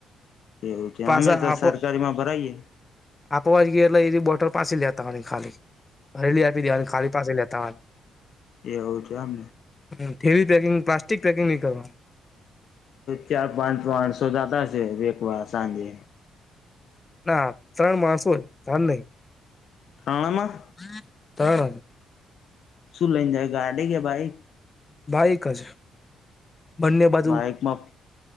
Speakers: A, on the left (about 65°); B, on the left (about 25°).
A: એવું છે
B: પાસા
A: અમે તો
B: આપ
A: સરકારીમાં ભરાઈયએ
B: આપવા જ ગઈ એટલે એ બટર પાછી લેતા હોવાની ખાલી હરેલી આપી દેવાની ખાલી પાછી લેતા હોવાની
A: એવુ છે એમ
B: હ થેલિ પેકિંગ પ્લાસ્ટિક પેકિંગ નની કરવાનું
A: ચાર પાંચ આઠ સો જતા છે એકવાર સાંજે
B: ના ત્રણ માણસો ધ્યાન નહી
A: આવામાં
B: <unintelligible>
A: શું લઈને જાય ગાડીે કે બાઈક
B: બાઇક જ બંને બાજુ
A: બાઈકમાં